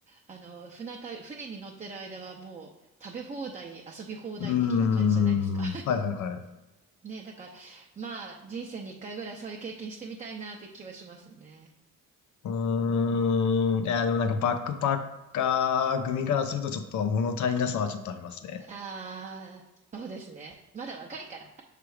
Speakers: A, on the right; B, on the left.
A: あの、船旅、船に乗ってる間はもう、食べ放題、遊び放題的な感じじゃないですか。
B: うーん。はいはいはい。
A: ね、だから、まあ、人生に一回ぐらいそういう経験してみたいなって気はしますね。
B: うーん。いや、でもなんかバックパッカー組からするとちょっと物足りなさはちょっとありますね。
A: ああ、そうですね。まだ若いから。